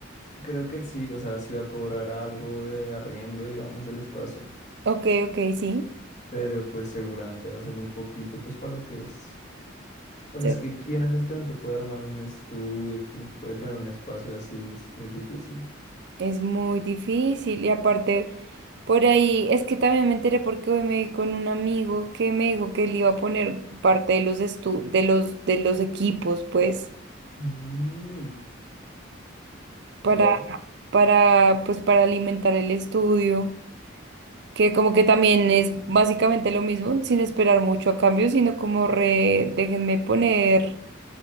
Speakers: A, on the left; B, on the right.
A: creo que él sí, o sea, sí va a cobrar algo de arriendo, digamos, del espacio,
B: ok, ok, sí.
A: pero pues seguramente va a ser muy poquito, pues para lo que es. O
B: Sí.
A: sea, es que quién en este momento puede armar un estudio, quién puede tener un espacio así, es muy difícil.
B: Es muy difícil y aparte por ahí es que también me enteré porque hoy me vi con un amigo que me dijo que él iba a poner parte de los estu- de los de los equipos pues
A: Mm,
B: para
A: Wow.
B: para pues para alimentar el estudio. que como que también es básicamente lo mismo, sin esperar mucho a cambio, sino como re, déjenme poner